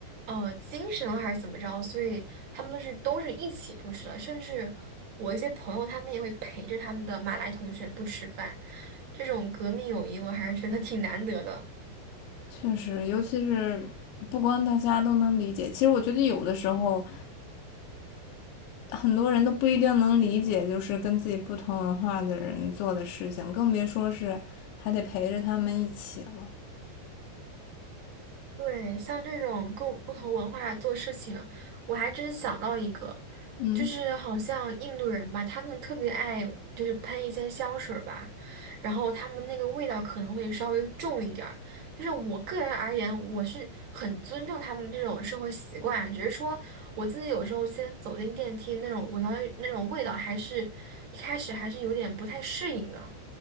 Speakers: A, on the right (about 35°); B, on the left (about 85°).
A: 呃，精神啊还是怎么着，所以他们都是都是一起不吃的，甚至我一些朋友他们也会陪着他们的马来同学不吃饭，这种革命友谊我还是觉得挺难得的。
B: 确实，尤其是不光大家都能理解，其实我觉得有的时候很多人都不一定能理解，就是跟自己不同文化的人做的事情，更别说是还得陪着他们一起了。
A: 对，像这种各不同文化做事情，我还真想到一个，
B: 嗯，
A: 就是好像印度人吧，他们特别爱就是喷一些香水儿吧，然后他们那个味道可能会稍微重一点儿。就是我个人而言，我是很尊重他们这种生活习惯啊，只是说我自己有时候先走进电梯那种闻到那种味道，还是一开始还是有点不太适应的。